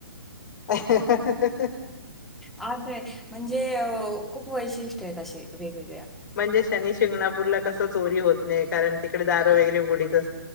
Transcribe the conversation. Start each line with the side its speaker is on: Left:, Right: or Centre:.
Left: अ ह ह
Centre: आल आहे म्हणजे अ खूप वैशिष्ट्य आहेत अशे वेगवे
Left: म्हणजे शनी शिंगणापूरला कसं चोरी होत नाही कारण तिकडे दारं वगैरे उघडीच अस